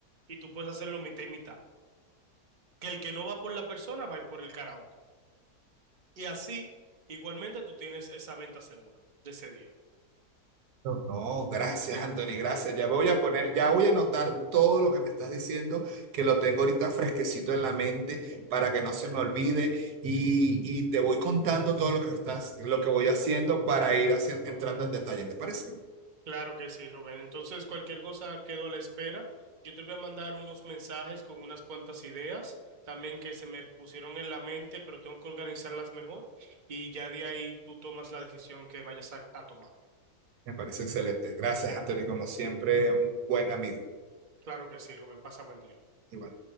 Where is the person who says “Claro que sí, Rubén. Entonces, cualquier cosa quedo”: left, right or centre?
Right